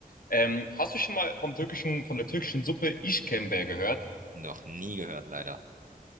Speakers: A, on the left; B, on the right.
A: Ähm, hast du schon mal vom türkischen, von der türkischen Suppe İşkembe gehört?
B: noch nie gehört, leider.